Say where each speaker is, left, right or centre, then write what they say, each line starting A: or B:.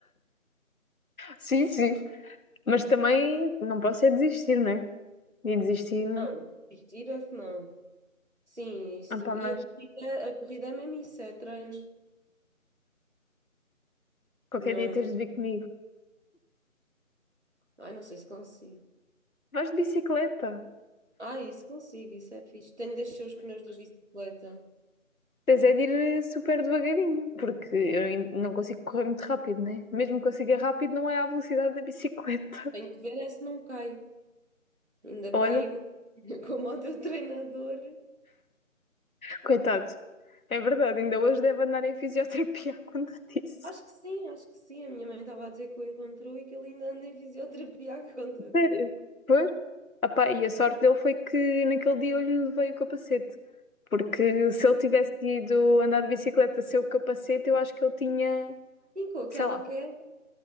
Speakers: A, on the left; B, on the right.
A: Sim, sim. Mas também não posso é desistir, não é? E desistir.
B: Não, desistir é que não. Sim, isso.
A: Ah, pá, mas
B: E a corrida, a corrida é mesmo isso, é treino.
A: qualquer
B: Não.
A: dia tens de vir comigo.
B: Ai, não sei se consigo.
A: Vais de bicicleta.
B: Ah, isso consigo, isso é fixe. Tenho de deixar os pneus da bicicleta.
A: Tens é de ir eh, super devagarinho, porque eu ain- não consigo correr muito rápido, né? Mesmo que consiga rápido, não é à velocidade da bicicleta.
B: Tenho de ver é se não caio. Ainda
A: <laughs>
B: caio
A: Olha,
B: <laughs> como o teu treinador.
A: coitado, é verdade, ainda hoje deve andar em fisioterapia <laughs> quando disse.
B: Acho que sim, acho que sim. A minha mãe estava a dizer que o encontrou e que ele ainda anda em fisioterapia, <laughs> quando eu
A: Sério?
B: disse.
A: Pois, Ah pá, e a sorte dele foi que naquele dia eu lhe levei o capacete. Porque se ele tivesse ido andar de bicicleta sem o capacete, eu acho que ele tinha,
B: Sim, com aquela
A: sei lá,
B: queda.